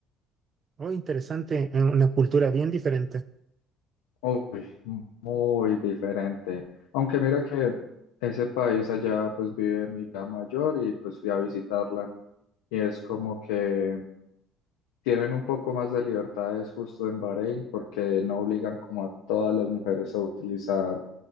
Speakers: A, on the right; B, on the left.
A: oh, interesante, eh, una cultura bien diferente.
B: Uy, muy diferente. Aunque mira que ese país allá pues vive mi hija mayor y pues fui a visitarla. Y es como que tienen un poco más de libertades justo en Bahrein porque no obligan como a todas las mujeres a utilizar